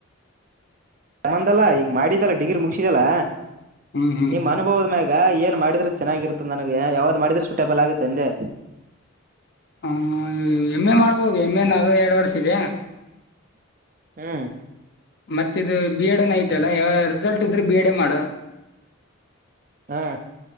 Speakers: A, on the right; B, on the left.
A: ಮ್ಮಂದಲ್ಲಾ ಈಗ ಮಾಡಿದಲ್ಲಾ ಡಿಗ್ರಿ ಮುಗಸಿದಲ್ಲಾ
B: ಹ್ಮ್ ಹ್ಮ್
A: ನಿಮ್ಮ ಮ ಅನುಬೋದ್ಮ್ಯಾಗ ಏನ್ ಮಾಡಿದ್ರೆ ಚೆನ್ನಾಗಿರುತ್ತದ ನನಗ ಎನ್ ಯಾವ್ದ್ ಮಾಡಿದ್ರೆ ಸೂಟೇಬಲ್ ಆಗುತ್ತೆ ಅಂದೆ
B: ಹ ಎಮ್ ಎ ಮಾಡ್ಬೋದು ಎಮ್ ಎ ನ ಅದು ಎರಡ್ ವರ್ಷ ಇದೆ.
A: ಹ್
B: ಮತ್ತ ಇದು ಬಿ ಎಡ್ ಐತಲ್ಲಾ ಯಾವ ರಿಸಲ್ಟ್ ಇದ್ರೆ ಬಿ ಎಡ್ ಮಾಡು
A: ಹಾ